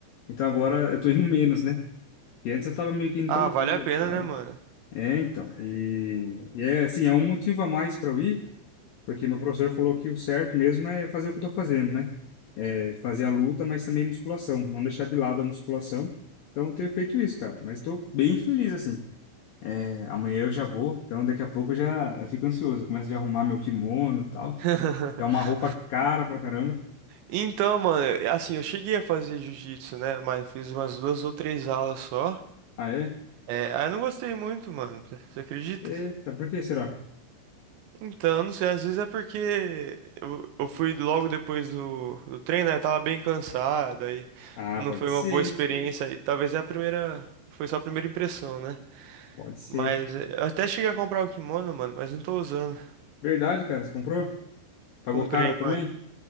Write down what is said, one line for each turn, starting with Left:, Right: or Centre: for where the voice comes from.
Left: Então agora eu tô indo menos, né? Porque antes eu tava meio que indo
Right: Ah,
Left: todo
Right: vale
Left: dia
Right: a pena,
Left: e tal.
Right: né, mano?
Left: É, então. E, e é assim, é um motivo a mais pra eu ir. Porque meu professor falou que o certo mesmo é fazer o que eu tô fazendo, né? É fazer a luta, mas também musculação, não deixar de lado a musculação. Então, eu tenho feito isso, cara. Mas estou bem feliz, assim. É, amanhã eu já vou, então daqui a pouco eu já eu fico ansioso. Eu começo a arrumar meu kimono e tal.
Right: <laughs>
Left: É uma roupa cara pra caramba.
Right: Então, mano, é, assim, eu cheguei a fazer jiu-jitsu, né? Mas fiz umas duas ou três aulas só.
Left: Ah, é?
Right: É, aí eu não gostei muito, mano. Você acredita?
Left: Eita, por que será?
Right: Então, não sei, às vezes é porque eu, eu fui logo depois do, do treino, né? Eu tava bem cansado, aí
Left: Ah,
Right: não
Left: pode
Right: foi
Left: ser,
Right: uma boa experiência.
Left: hein?
Right: E talvez é a primeira. Foi só a primeira impressão, né?
Left: Pode ser.
Right: Mas é, eu até cheguei a comprar o kimono, mano, mas não tô usando.
Left: Verdade, cara, você comprou? Pagou
Right: Comprei,
Left: caro também?